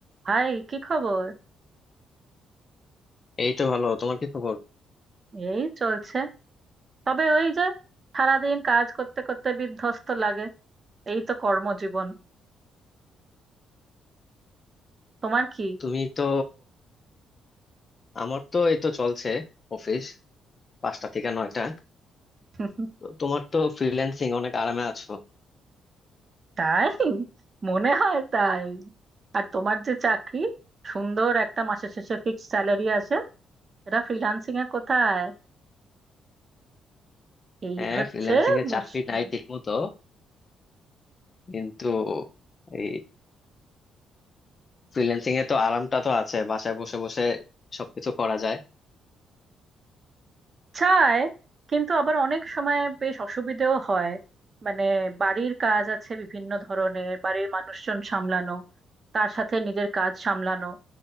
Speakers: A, on the right (about 40°); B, on the left (about 35°).
A: ভাই কি খবর
B: এই তো ভালো তোমার কি খবর
A: এই চলছে তবে ওই যে সারাদিন কাজ করতে করতে বিধ্বস্ত লাগে এই তো কর্মজীবন তোমার কি
B: তুমি তো আমার তো এই তো চলছে অফিস পাঁচটা থেকে নয়টা
A: <laughs>
B: তো তোমার তো ফ্রিল্যান্সিং অনেক আরামে আছো
A: তাই মনে হয় তাই আর তোমার যে চাকরি সুন্দর একটা মাসের শেষে ফিক্সড স্যালারি আসে এটা ফ্রিল্যান্সিং এ কোথায় এই
B: হ্যাঁ
A: হচ্ছে
B: ফ্রিল্যান্সিং এর
A: মুশকিল
B: চাকরি নাই ঠিক মতো কিন্তু এই ফ্রিল্যান্সিং এ তো আরামটা তো আছে বাসায় বসে বসে সবকিছু করা যায়
A: চায় কিন্তু আবার অনেক সময় বেশ অসুবিধেও হয় মানে বাড়ির কাজ আছে বিভিন্ন ধরনের বাড়ির মানুষজন সামলানো তার সাথে নিজের কাজ সামলানো